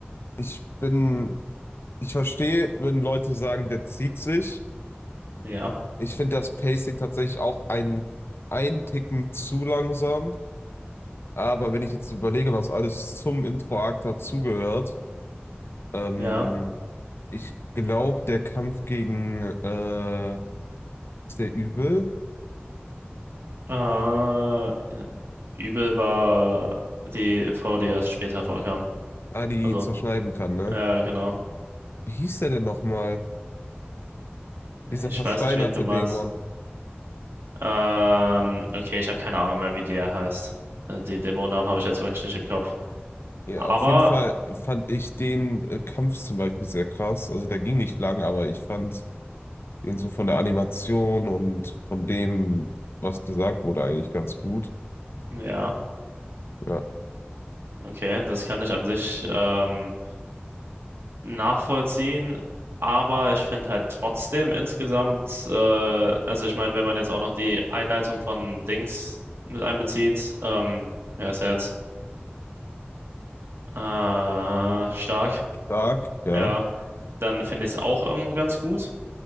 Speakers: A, on the left (about 70°); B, on the right (about 80°).
A: ich bin, ich verstehe, wenn Leute sagen, der zieht sich.
B: Ja,
A: Ich finde das Pacing tatsächlich auch ein, ein Ticken zu langsam. Aber wenn ich jetzt überlege, was alles zum Intro-Arc dazugehört, ähm,
B: ja.
A: Ich glaube, der Kampf gegen äh, ist der Übel,
B: Äh, Übel war die Frau, die erst später vorkam.
A: ah, die
B: Also,
A: zerschneiden kann, ne?
B: ja, genau.
A: Wie hieß der denn nochmal? Dieser
B: Ich
A: versteinerte
B: weiß nicht, wen du meinst.
A: Dämon.
B: Ähm, okay, ich habe keine Ahnung mehr, wie der heißt. Äh, Die Dämonen habe ich jetzt wirklich nicht im Kopf.
A: Ja,
B: Aber,
A: auf jeden Fall fand ich den äh, Kampf zum Beispiel sehr krass. Also der ging nicht lang, aber ich fand den so von der Animation und von dem, was gesagt wurde, eigentlich ganz gut.
B: ja,
A: Ja.
B: okay, das kann ich an sich ähm, nachvollziehen. Aber ich finde halt trotzdem insgesamt, äh, also ich meine, wenn man jetzt auch noch die Einleitung von Dings mit einbezieht, ähm, ja, ist ja jetzt äh, stark.
A: Stark, ja,
B: Ja. dann finde ich es auch irgendwo ganz gut.